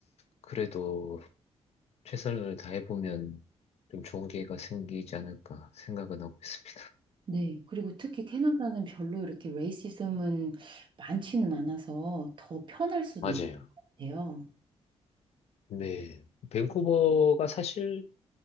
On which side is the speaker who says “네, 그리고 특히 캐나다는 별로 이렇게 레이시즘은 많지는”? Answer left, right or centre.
Right